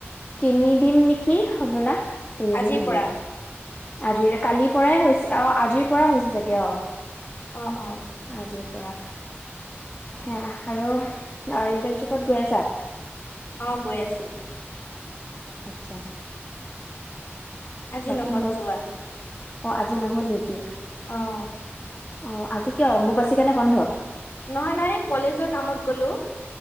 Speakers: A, on the left (about 25°); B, on the left (about 45°).
A: তিনিদিন নেকি হ'বলা। তিনিদিন
B: আজিৰ
A: হ'বলা।
B: পৰা
A: আজিৰ কালি পৰাই হৈছে অ'হ আজিৰ পৰা হৈছে চাগে অ'হ।
B: অ অ
A: আজিৰ পৰা সেয়াহ আৰু ইন্টাৰ্ণশ্বিপত গৈ আছা।
B: অ' গৈ আছো।
A: আচ্ছা।
B: আজি
A: বাকী
B: নহ'ল
A: ঘৰত
B: যোৱা।
A: অ' আজি নহ'ল নেকি?
B: অ'হ।
A: অ' আজি কিয় অম্বুবাচিৰ কাৰণে বন্ধ?
B: নহয়, নহয় কলেজৰ কামত গলো।